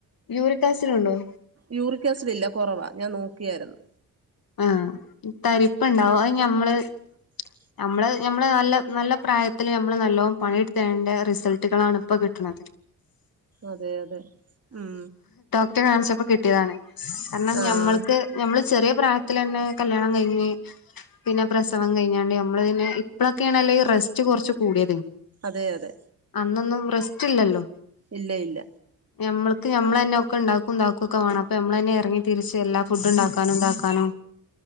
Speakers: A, on the left; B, on the right.
A: യൂറിക്കാസിനുണ്ടോ
B: യൂറിക്കസിഡ് ലില്ല കുറവാ ഞാൻ നോക്കിയായിരുന്നു
A: ആഹ് തരിപ്പുണ്ടാവും ആഹ് നമ്മള്
B: <unintelligible>
A: ഞമ്മള് ഞമ്മള് നല്ല നല്ല പ്രായത്ത്‌ല് നമ്മള് നല്ലോണം പണിട്തേന്റെ റിസൾട്ടുകളാണ് ഇപ്പ കിട്ട്ണത്
B: അതെയതെ ഉം
A: റ്റ കാണിച്ചപ്പോ കിട്ടിയതാണ് കാരണംഞമ്മൾക്ക്
B: ആഹ്
A: ഞമ്മള് ചെറിയ പ്രായ ത്തിലെന്നെ കല്യാണം കഴിഞ്ഞ് പിന്നെ പ്രസവം കഴിഞ്ഞാണ്ട് ഞമ്മള് പിന്നെ ഇപ്പളൊക്കേണല്ലേ ഈ റസ്റ്റ് കൊർച്ച് കൂടിയത്
B: അതേ യതെ
A: അന്നൊന്നും റെസ്റ്റ്ല്ലല്ലോ
B: ഇല്ല ഇല്ല
A: ഞമ്മൾക്ക് നമ്മളെന്നെ ഒക്കെ ണ്ടാക്കും താക്കൊക്കെ വാണം. അപ്പ ഞമ്മളന്നെ എറങ്ങി തിരിച്ച് എല്ലാ ഫുഡ്ഡ്ണ്ടാക്കാനും താക്കാനും